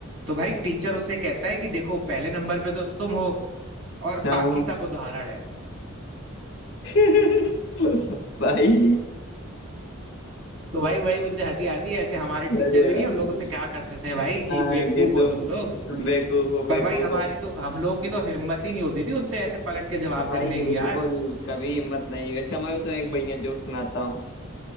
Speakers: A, on the right; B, on the left.
A: तो भाई टीचर उससे कहता है कि देखो पहले नंबर पे तो तुम हो और
B: हाँ
A: बाकी सब उदाहरण है
B: <laughs> भाई
A: तो भाई भाई मुझे हंसी आती है ऐसे हमारे टीचर
B: अरे
A: भी नहीं
B: भाई
A: हम लोगों से क्या करते थे भाई कि
B: हाँ
A: बेवकूफ
B: कि
A: हो
B: तुम
A: तुम लोग
B: तुम बेवकूफ हो बेवकूफ
A: पर भाई हमारी
B: हो
A: तो हम लोगों की तो हिम्मत ही नहीं होती थी उनसे ऐसे पलट के जवाब
B: हाँ भाई
A: करने की
B: बिल्कुल
A: यार
B: कभी हिम्मत नहीं हुई। अच्छा मैं भी तुम्हें एक बढ़िया जोक सुनाता हूँ